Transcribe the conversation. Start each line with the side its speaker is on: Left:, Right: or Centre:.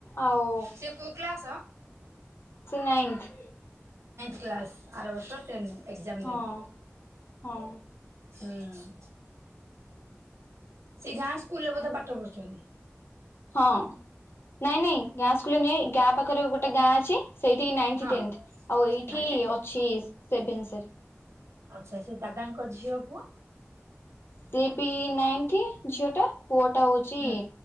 Left: ଆଉ
Right: ସେ କୋଉ କ୍ଲାସ?
Left: ସେ ନାଈଁନ୍ଥ।
Right: କ୍ଲାସ ଆର ବର୍ଷ ଟେନ୍‌ ଏକଜାମ
Left: ହଁ
Right: ଦେବି
Left: ହଁ
Right: ହୁଁ। <inaudible> ସେ ଗାଁ ସ୍କୁଲରେ ବୋଧେ ପାଠ ପଢୁଛନ୍ତି?
Left: ହଁ ନାଇଁ ନାଇଁ ଗାଁ ସ୍କୁଲ ନୁହେଁ ଗାଁ ପାଖରେ ଗୋଟେ ଗାଁ ଅଛି। ସେଇଠି ନାଇନ୍ଥ
Right: ହଁ
Left: ଟେନ୍ଥ ଆଉ ଏଇଠି
Right: ନାଇନ୍
Left: ଅଛି ସେଭେନସ
Right: ଆଛା ସେ ଦାଦାଙ୍କ ଝିଅ ପୁଅ?
Left: ସେ ବି ନାଇନ୍ଥି ଝିଅ ଟା ପୁଅ ଟା ହଉଛି
Right: ହୁଁ